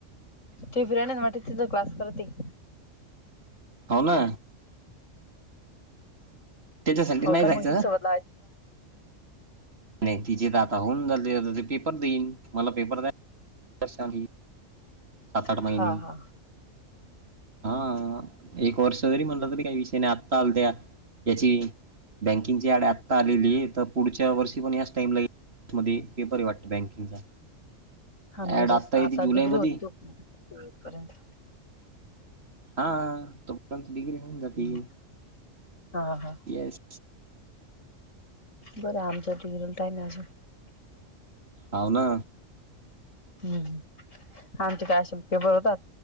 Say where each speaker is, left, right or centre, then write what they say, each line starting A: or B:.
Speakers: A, on the left; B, on the right.
A: ती फ्रेंड माझी तिथं क्लास करते.
B: हो ना त्याच्यासाठी
A: हो
B: नाही
A: का
B: जायचं
A: मग ती सोबत
B: नाही तिचे तर आता होऊन पेपर देईन मला पेपर द्या. सात आठ
A: हा
B: महिने
A: हा
B: हा एक वर्ष जरी म्हटलं तरी काही विषय नाही. आता आल त्या याची बँकिंगची ॲड आत्ता आलेली आहे. तर पुढच्या वर्षी पण याच टाइम ला येईल मध्ये पेपर वाटत बँकिंगचा
A: हा म्हणजेच
B: ऍड येते
A: आता
B: जुलैमध्ये
A: डिग्री होती तोपर्यंत
B: हा... तोपर्यंत डिग्री होऊन जाते
A: हम्म. हा हा
B: येस.
A: बरं... आमच्या डिग्रीला टाईम आहे अजून
B: हो ना
A: हम्म.... आमचे काय असे पेपर होतात.